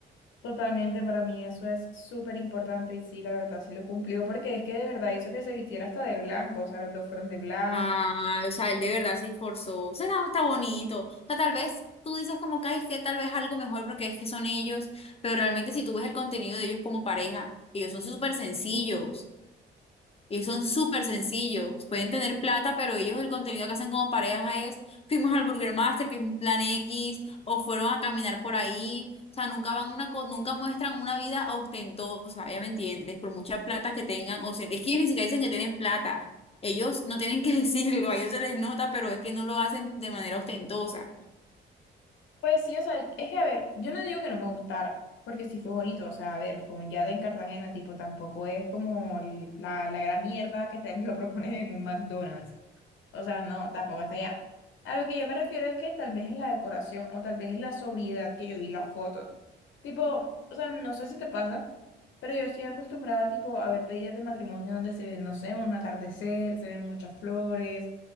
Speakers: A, on the left; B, on the left.
A: Totalmente, para mí eso es súper importante y sí, la verdad, sí lo cumplió porque es que de verdad hizo que se vistiera hasta de blanco, o sea, los dos fueron de blanco.
B: Ah, o sea, él de verdad se esforzó. O sea, está, está bonito. O sea, tal vez tú dices como que "Ay, que tal vez algo mejor porque es que son ellos, pero realmente si tú ves el contenido de ellos como pareja, ellos son súper sencillos. Y son súper sencillos. Pueden tener plata, pero ellos el contenido que hacen como pareja es, fuimos al Burger Master, que es un plan X, o fueron a caminar por ahí. O sea, nunca van una, co- nunca muestran una vida ostentosa, ya me entiendes, por mucha plata que tengan. O sea, es que ellos ni siquiera dicen que tienen plata. Ellos no tienen que <laughs> decirlo, a ellos se les nota, pero es que no lo hacen de manera ostentosa.
A: Pues sí, o sea, es que a ver, yo no digo que no me gustara, porque sí fue bonito, o sea, a ver, fue un yada en Cartagena, tipo, tampoco es como l- la, la gran mierda que te <laughs> lo proponen en un McDonald's. O sea, no, tampoco hasta allá. A lo que yo me refiero es que tal vez es la decoración o tal vez es la sobriedad que yo vi las fotos. Tipo, o sea, no sé si te pasa, pero yo estoy acostumbrada tipo a ver pedidas de matrimonio donde se ve, no sé, un atardecer, se ven muchas flores,